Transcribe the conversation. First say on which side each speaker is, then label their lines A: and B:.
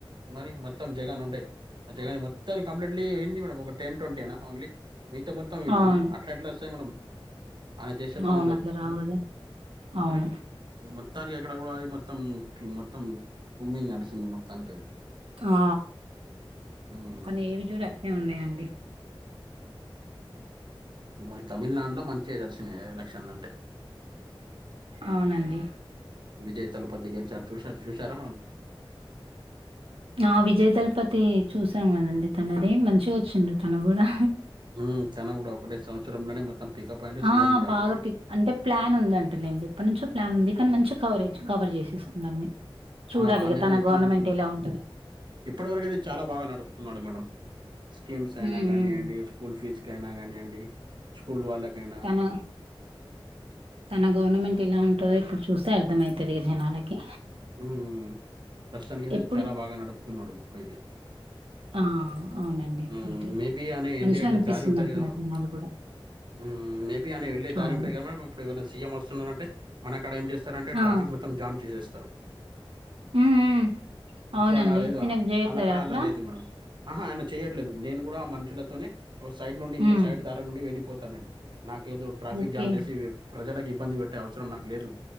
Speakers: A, on the right; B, on the right.
A: మరి మొత్తం జగన్ ఉండే ఆ జగని మొత్తం తనికీ కంప్లీట్లీ ఏంది మేడం ఒక టెన్ ట్వంటీ ఏన ఓన్లీ మిగతా మొ మొత్తం వీళ్లేనా
B: అవును.
A: అట్ల ఎట్ల వస్తది మేడం ఆయన చేసే పనులకు
B: అవును. అట్లా రావు
A: ఆ
B: గదా! అవును.
A: మరి మొత్తానికి అక్కడ కూడా అది మొత్తం మొత్తం కుమ్మింగ్ నడుస్తుంది మొత్తానికి అది
B: ఆ
A: ఉమ్
B: కొన్ని ఏవి చూడు అట్నే ఉన్నాయండి
A: మరి తమిళనాడుల మంచిగా నడిషినయ్ ఎలక్షన్లు అంటే
B: అవునండి
A: విజయ్ తళపతి గెలిచారు చూశార్ చూశారా మనం
B: ఆ విజయ్ దళపతి చూసాం గదండి తనది మంచి గొచ్చింన్రు తను గూడా
A: ఉమ్ తను గూడా ఒకటే సంవత్సరంలనే మొత్తం పికప్ అయిండు సీఎం
B: ఆ!
A: గూడా అయిపోయిండు
B: బాగా పిక్ అంటే ప్లాన్ ఉందంట లేండి ఎప్పటి నుంచో ప్లాన్ ఉంది కానీ మంచి కవరేజ్ కవర్ జేసేస్కుండు అన్ని చూడాలి
A: ఆ అనేది
B: ఇగ తన
A: ఎట్లాంటి
B: గవర్నమెంట్ ఎలా ఉంటది
A: ఇప్పటి వరకు అయితే చాలా బాగా నడుపుతున్నాడు మేడం స్కీమ్స్ అయినా
B: హ్మ్.
A: గానీయండి
B: హ్మ్.
A: స్కూల్ ఫీజు కైనా గానీయండి స్కూల్ వాళ్ళకైనా
B: తన తన గవర్నమెంట్ ఎలా ఉంటదో ఇప్పుడు చూస్తే అర్థమైతది ఇగ జనాలకి
A: ఉమ్ ప్రస్తుతానికైతే
B: ఎప్పుడు
A: చాలా బాగా నడుపుతున్నాడు ఇప్పుడైతే
B: ఆ అవునండి
A: ఉమ్
B: బెటర్
A: మేబీ ఆయన యెళ్ళే
B: మంచిగా అనిపిస్తుంది
A: దారి ఉంటది
B: అంటున్నారు
A: గదా మేడం
B: జనాలు కూడా
A: ఉమ్ మేబీ ఆయన వెళ్ళే దారి
B: అవును
A: ఉంటయ్ గదా మేడం ఇప్పుడు ఏమైనా సీఎం వస్తున్నారంటే మన క్కాడ ఏం జేస్తారంటే
B: ఆ
A: ట్రాఫిక్ మొత్తం జామ్ చేసేస్తరు
B: ఉమ్ ఉమ్
A: ఇప్పుడు
B: అవునండి
A: అలా లేదు
B: తినకు చేయట్లేదా
A: ఆల్లక్కాడ
B: అట్లా
A: అలా లేదు మేడం ఆహా ఆయన చేయట్లేదు నేను కూడా ఆ మనుషులతోనే ఒక సైడ్ నుండి ఇంకో
B: ఉమ్
A: సైడ్ దారి నుండి వెళ్ళిపోతాను నేను నాకేదో ట్రాఫిక్
B: ఓకే
A: జామ్ జేసి ప్రజలకి ఇబ్బంది పెట్టే అవసరం నాకు లేదు